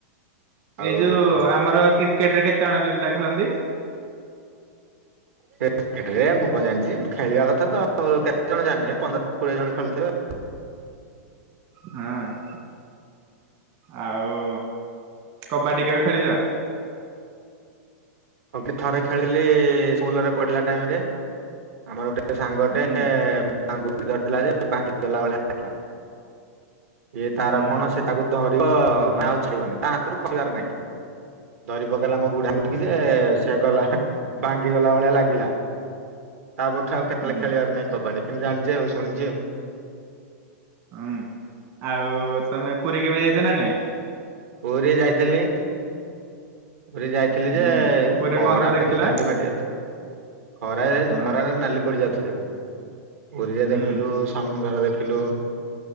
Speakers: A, on the right; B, on the right.
A: ଆଉ
B: ଏଇ ଯୋଉ ଆମର କ୍ରିକେଟ୍ ରେ କେତେ ଜଣ ପିଲା ଖେଳନ୍ତି?
A: ସେ କ୍ରେଟରେ ମୁଁ କଣ ଜାଣିଛି ମୁ ଖେଳିବା କଥା ତ କେତେ ଜଣ ଜାଣିନି ପନ୍ଦରରୁ କୋଡିଏ ଜଣ ଖେଳୁଥିବେ।
B: ହଁ ଆଉ। କବାଡି କେବେ ଖେଳିଛ?
A: ଲୋକେ ଥରେ ଖେଳିଲେ ସ୍କୁଲରେ ପଢ଼ିଲା ଟାଇମ୍ରେ, ଆମର ଗୋଟେ ସେ ସାଙ୍ଗଟେ
B: ହୁଁ
A: ଆଙ୍ଗୁଠୀ ଧରିଥିଲା ଯେ ଭାଙ୍ଗି ଗଲା ଭଳିଆ ଲାଗିଲା। ଏଇ ତାର
B: ହୁଁ
A: କଣ ସେ ତାକୁ ଧରିବ ମା ଆଉ ଛାଡିବନି ତା ହାତରୁ ଖସିବାର ନାହିଁ ଧରି ପକେଇଲା ମୋ ବୁଢ଼ା ଆଙ୍ଗୁଠି କି ସେ ଗଲା ଭାଙ୍ଗି ଗଲା ଭଳିଆ ଲାଗିଲା। ତା ପର ଠାରୁ ଆଉ କେତେବେଳେ
B: ହୁଁ
A: ଖେଳିବାର ନାଇଁ କବାଡ଼ି କିନ୍ତୁ ଜାଣିଛି ଆଉ ଶୁଣିଛି ଆଉ।
B: ହୁଁ ଆଉ ତମେ ପୁରୀ କେବେ ଯାଇଛ ନା ନାଇଁ?
A: ପୁରୀ ଯାଇଥିଲି ପୁରୀ ଯାଇଥିଲି ଯେ
B: ହୁଁ ପୁରୀରେ
A: ଖରା
B: କଣ ସବୁ ଦେଖିଲ?
A: ଯୋଉ ଗାଣ୍ଡି ଫାଟି ଯାଉଛି। ଖରାରେ ଯାଇଚୁ
B: ହଁ
A: ଖରାରେ ନାଲି ପଡ଼ିଯାଉଥିବୁ ପୁରୀରେ
B: ହୁଁ
A: ଦେଖିଲୁ ସମୁଦ୍ର ଦେଖିଲୁ